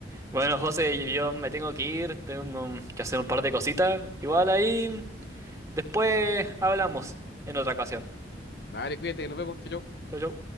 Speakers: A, on the right; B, on the left.
A: Bueno, José, yo yo me tengo que ir, tengo que hacer un par de cositas. Igual ahí, después hablamos en otra ocasión.
B: Dale, cuídate, nos vemos, chau, chau.
A: Chau, chau.